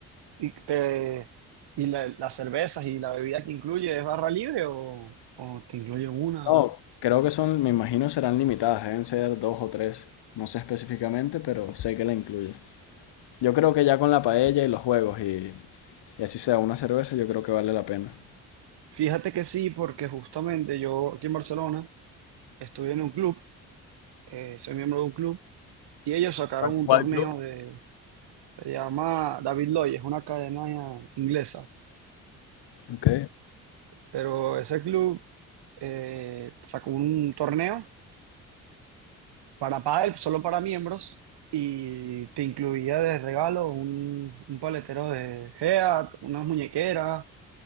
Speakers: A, on the right; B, on the left.
A: ¿Y, te, y la- las cervezas y la bebida que incluye es barra libre o, o te incluye una?
B: No, creo que son, me imagino serán limitadas, deben ser dos o tres. No sé específicamente, pero sé que la incluye. Yo creo que ya con la paella y los juegos y, y así sea una cerveza, yo creo que vale la pena.
A: Fíjate que sí, porque justamente yo aquí en Barcelona estuve en un club, eh, soy miembro de un club, y ellos sacaron
B: ¿Cuál,
A: un
B: cuál
A: torneo
B: club?
A: de, se llama David Lloyd, es una cadena inglesa,
B: Ok.
A: pero ese club eh, sacó un torneo para pádel, solo para miembros, y te incluía de regalo un, un paletero de Head, unas muñequeras,